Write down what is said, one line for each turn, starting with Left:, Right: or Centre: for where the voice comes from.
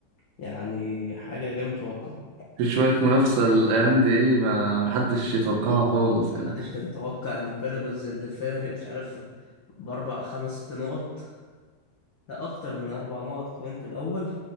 Left: يعني حاجة غير متوقعة
Right: في شوية منافسة الأيام دي ايه ما حدش يتوقعها خالص يعني
Left: محدش كان يتوقع إن بيراميدز اللي فارق مش عارف بأربع خمس ست نقط لا أكتر من أربع نقط كمان في الأول